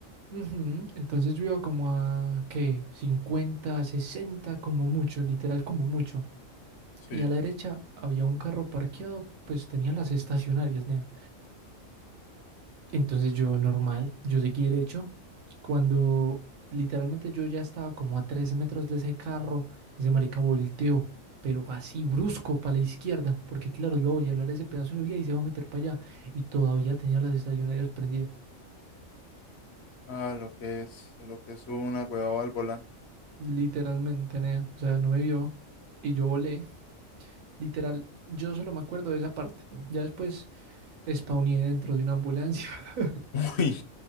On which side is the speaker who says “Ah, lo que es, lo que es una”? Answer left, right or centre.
Left